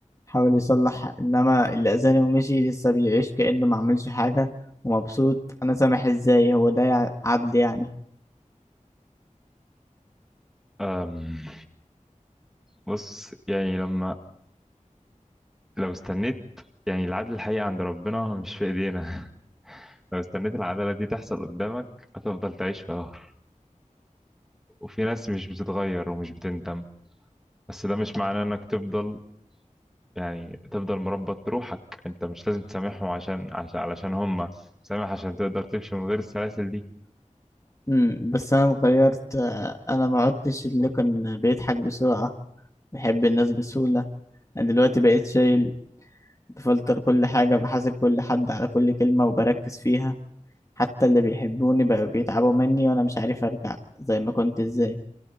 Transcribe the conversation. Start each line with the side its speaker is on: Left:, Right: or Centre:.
Left: حاول يصلح انما اللي اذاني ومشي لسه بيعيش كأنه ما عملش حاجة ومبسوط انا سامح ازاي هو ده يع- عدل يعني
Centre: أم... بص يعني لما لو استنيت يعني العدل الحقيقي عند ربنا مش في ايدينا <laughs> لو استنيت العدالة دي تحصل قدامك هتفضل تعيش في قهر وفي ناس مش بتتغير ومش بتندم بس ده مش معناه انك تفضل يعني تفضل مربط بروحك انت مش لازم تسامحهم عشان عشان علشان هم سامح عشان تقدر تمشي من غير السلاسل دي
Left: امم بس انا اتغيرت آه، انا ما عدتش اللي كان بيضحك بسرعة بحب الناس بسهولة انا دلوقتي بقيت شايل بفلتر كل حاجة بحاسب كل حد على كل كلمة وبركز فيها حتى اللي بيحبوني بقوا بيتعبوا مني وأنا مش عارف أرجع زي ما كنت إزاي